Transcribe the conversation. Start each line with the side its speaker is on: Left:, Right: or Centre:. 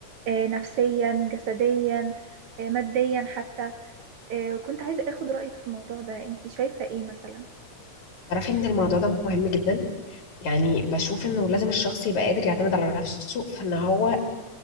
Right: آه، نفسيا جسديا آه، ماديا حتى آه، وكنت عايزة اخد رأيك في الموضوع ده انتي شايفة ايه مثلا؟
Left: تعرفي ان الموضوع ده مهم جدا يعني بشوف انه لازم الشخص يبقى قادر يعتمد على نفسه في ان هو